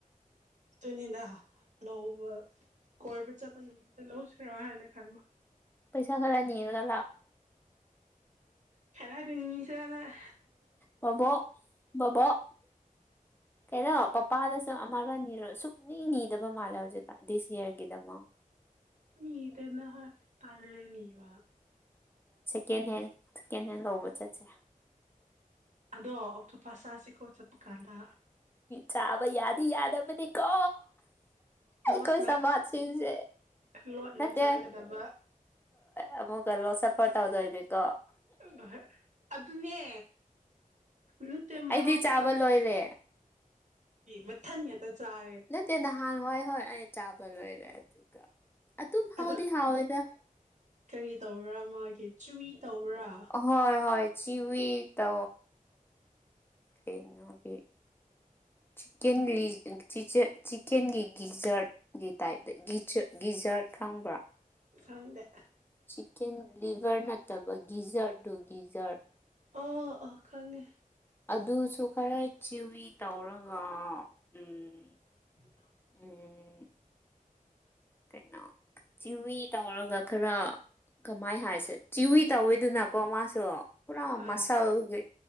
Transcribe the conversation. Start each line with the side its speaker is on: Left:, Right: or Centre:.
Right: ꯑꯗꯨꯅꯤꯅ ꯂꯧꯕ ꯀꯣꯏꯕ ꯆꯠꯄ ꯅꯨꯃꯤꯠꯇ ꯂꯧꯁꯤꯔꯥ ꯍꯥꯏꯅ ꯈꯟꯕ
Left: ꯄꯩꯁꯥ ꯀꯂꯥꯅꯤꯔꯒꯂ
Right: ꯍꯦꯗꯗꯤꯅꯤꯁꯅ
Left: ꯕꯣ ꯕꯥꯣ ꯍꯗꯣ ꯄꯄꯥꯗꯁꯨ ꯑꯃꯒ ꯅꯤꯔꯣ ꯁꯨꯞꯅꯤ ꯅꯤꯗꯕ ꯃꯥꯜꯂꯦ ꯍꯧꯖꯤꯛꯀ ꯗꯤꯁ ꯌꯔꯒꯤꯗ ꯑꯃꯨꯛ
Right: ꯃꯤꯗꯅ ꯍ ꯇꯔꯂꯦ ꯃꯤꯕ
Left: ꯀꯦꯟ ꯍꯦꯟ ꯀꯦꯟ ꯍꯦꯟ ꯂꯧꯕ ꯆꯠꯁꯦ
Right: ꯑꯗꯣ ꯑꯇꯣꯞ ꯄꯁꯁꯤꯦꯀꯣ ꯆꯠꯄ ꯀꯥꯟꯗ
Left: ꯆꯥꯕ ꯌꯥꯗꯤ ꯌꯥꯗꯕꯅꯤꯀꯣ
Right: ꯂꯣꯠꯅ
Left: ꯀꯣꯏ ꯆ ꯃ ꯁꯤꯁꯦ
Right: ꯂꯣꯠꯅ
Left: ꯅꯦ
Right: ꯆꯥꯒꯗꯕ
Left: ꯍꯣꯏꯨꯛꯒꯂ ꯃꯁ ꯐꯠꯗꯣꯏꯅꯦꯀꯣ
Right: ꯣꯏ ꯑꯗꯨꯅꯦ ꯅꯠꯇꯦ ꯃꯍꯥꯎ
Left: ꯑꯩꯗꯤ ꯆꯥꯕ
Right: ꯈꯪꯗ꯭ꯔꯦ
Left: ꯂꯣꯏꯔꯦ
Right: ꯃꯊꯌꯥ ꯇ ꯆꯥꯔꯦ
Left: ꯅꯠꯇꯦ ꯅꯍꯥꯟ ꯍꯣꯏ ꯍꯣꯏ ꯑꯩ ꯆꯥꯕ ꯂꯣꯏꯔꯦ ꯑꯗꯨꯒ ꯑꯗꯨꯝ ꯍꯥꯎꯗꯤ
Right: ꯑꯗꯣ
Left: ꯍꯥꯎꯋꯦꯗ
Right: ꯀꯔꯤ ꯇꯧꯕ꯭ꯔꯥ ꯃꯥꯒꯤ ꯆꯨꯋꯏ ꯇꯧꯕ꯭ꯔꯥ
Left: ꯍꯣꯏ ꯍꯣꯏ ꯆꯤꯋꯤ ꯇ ꯀꯩꯅꯣꯒꯤ ꯆꯤꯀꯦꯟ ꯂꯤ ꯆꯤꯀꯦꯟꯒꯤ ꯒꯤꯖꯔꯠ ꯒꯤ ꯇꯥꯏꯞꯇ ꯒꯤ ꯒꯤꯖꯔꯠ ꯈꯪꯕ꯭ꯔꯥ
Right: ꯍꯗꯦ
Left: ꯆꯤꯛꯀꯦꯟ ꯂꯤꯚꯔ ꯅꯠꯇꯕ ꯒꯤꯖꯔꯠꯗꯨꯨ ꯒꯤꯖꯔꯠ
Right: ꯑ ꯑꯥ ꯈꯪꯉꯦ
Left: ꯑꯗꯨꯁꯨ ꯈꯔ ꯆꯤꯋꯤ ꯇꯧꯔꯒ ꯎꯝ
Right: ꯎ
Left: ꯎ ꯀꯩꯅꯣ ꯆꯤꯋꯤ ꯇꯧꯔꯒ ꯈꯔ ꯀꯃꯥꯏ ꯍꯥꯏꯁꯦ ꯆꯤꯋꯨꯏ ꯇꯧꯋꯤꯗꯨꯅꯀꯣ ꯃꯥꯁꯨ ꯄꯨꯔꯥ
Right: ꯍꯣꯏ
Left: ꯃꯁꯥꯜꯒ